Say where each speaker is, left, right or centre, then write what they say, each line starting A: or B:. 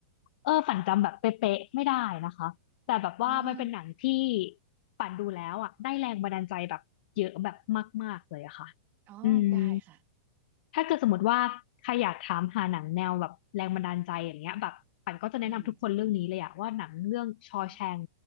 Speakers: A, on the left; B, on the right.
A: เออฝันจำแบบเป๊ะๆไม่ได้นะคะแต่แบบว่ามันเป็นหนังที่
B: อ๋อ
A: ปั่นดูแล้วอ่ะได้แรงบันดาลใจแบบเยอะแบบมากๆเลยอะค่ะ
B: อ๋อได้ค่ะ
A: อืม ถ้าเกิดสมมติว่าใครอยากถามหาหนังแนวแบบแรงบันดาลใจอย่างเงี้ยแบบปั่นก็จะแนะนำทุกคนเรื่องนี้เลยอะว่าหนังเรื่อง
B: อืม
A: Shawshank
B: อ๋อ